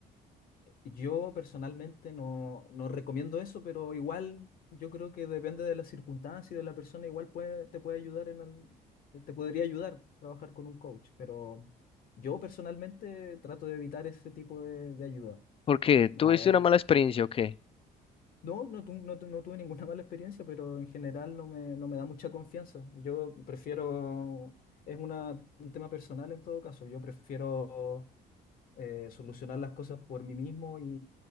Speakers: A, on the left (about 55°); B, on the left (about 35°).
A: Yo personalmente no, no recomiendo eso, pero igual yo creo que depende de las circunstancias y de la persona, igual puede, te puede ayudar en el- te podría ayudar trabajar con un coach, pero yo personalmente trato de evitar ese tipo de, de ayuda.
B: Porque tuviste
A: Al- al-
B: una mala experiencia o qué?
A: no, no, tu- no, tu- no tuve ninguna mala experiencia, pero en general no me, no me da mucha confianza. Yo prefiero, es una, un tema personal en todo caso, yo prefiero eh, solucionar las cosas por mí mismo